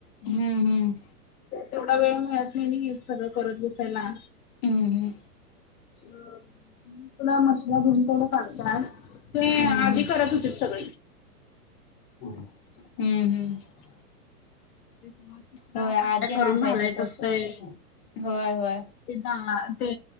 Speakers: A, on the left; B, on the left.
A: हम्म हम्म
B: थोडा वेळ मिळत नाही नाही सगळं करत बसायला.
A: हम्म हम्
B: तुला मशला भून तेवड काढतात ते
A: हम्म
B: आधी
A: हम्म हम्म
B: करत होते. ह
A: हम्म हम्म
B: ते सगळं किचडा
A: होय आद्य
B: काय काय करून
A: नसायचं
B: घालायचं
A: तस
B: असतंय
A: होय होय.
B: ते ते